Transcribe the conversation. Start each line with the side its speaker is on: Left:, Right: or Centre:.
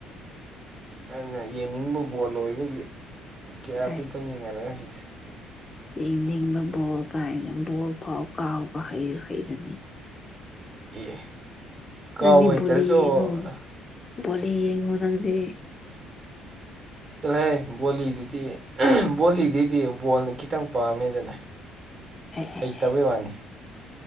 Right: ꯑꯩꯅ ꯌꯦꯡꯅꯤꯡꯕ ꯕꯣꯜ ꯑꯣꯏꯕꯒꯤ ꯀꯌꯥꯗꯤ
Left: <unintelligible>
Right: ꯇꯧꯅꯤꯡꯉꯔꯣꯏ ꯁꯤꯗꯤ
Left: ꯌꯦꯡꯅꯤꯡꯕ ꯕꯣꯜ ꯀꯥꯏꯅ ꯕꯣꯜ ꯐꯥꯎ ꯀꯥꯎꯕ ꯍꯩꯔ ꯍꯩꯔꯅꯤ
Right: <unintelligible> ꯀꯥꯎ
Left: ꯅꯪꯗꯤ
Right: ꯍꯩꯇ꯭ꯔꯁꯨ
Left: ꯕꯣꯂꯤ ꯌꯦꯡꯉꯣ
Right: ꯑꯦ
Left: ꯕꯣꯂꯤ ꯌꯦꯡꯉꯣ ꯅꯪꯗꯤ
Right: ꯇꯥꯂꯥꯍꯦ ꯕꯣꯂꯤꯗꯨꯗꯤ ꯕꯣꯂꯤꯗꯩꯗꯤ ꯕꯣꯜꯅ ꯈꯤꯇꯪ ꯄꯥꯝꯃꯦꯗꯅ
Left: <unintelligible>
Right: ꯇꯕꯩ ꯋꯥꯅꯤ